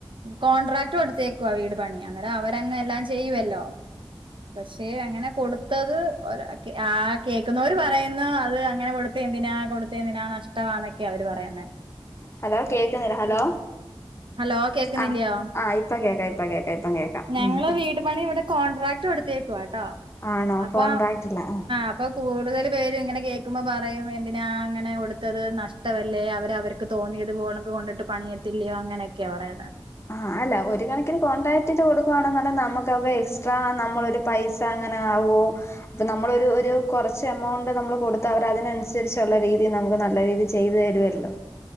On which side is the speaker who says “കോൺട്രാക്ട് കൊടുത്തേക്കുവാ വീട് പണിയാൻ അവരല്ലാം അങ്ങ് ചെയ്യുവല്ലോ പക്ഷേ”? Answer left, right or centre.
Right